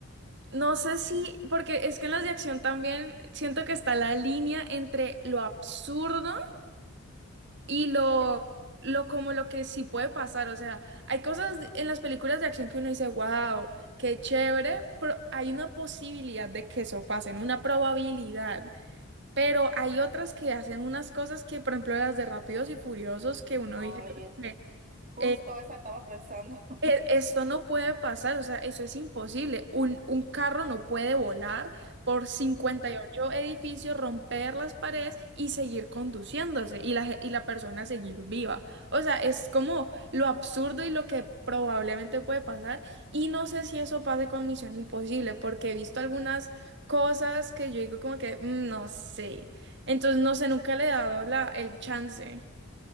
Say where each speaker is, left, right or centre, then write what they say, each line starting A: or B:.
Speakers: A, on the right; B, on the right.
A: no sé si, porque es que en las de acción también siento que está la línea entre lo absurdo y lo,
B: Eso.
A: lo como lo que sí puede pasar. O sea, hay cosas en las películas de acción que uno dice, wow, qué chévere, pero hay una posibilidad de que eso pase, ¿no? una probabilidad. Pero hay otras que hacen unas cosas que, por ejemplo, las de Rápidos y Furiosos, que uno
B: Ay,
A: dice como
B: es
A: que,
B: justo
A: eh,
B: esa estaba pensando.
A: e-
B: <laughs>
A: Esto no puede pasar, o sea, eso es imposible. Un, un carro no puede volar por 58 edificios, romper las paredes y seguir conduciéndose y la, ge- y la persona seguir viva. O sea, es como lo absurdo y lo que probablemente puede pasar. Y no sé si eso pase con Misión Imposible, porque he visto algunas cosas que yo digo como que "Mm, no sé. Entonces, no sé, nunca le he dado la, el chance.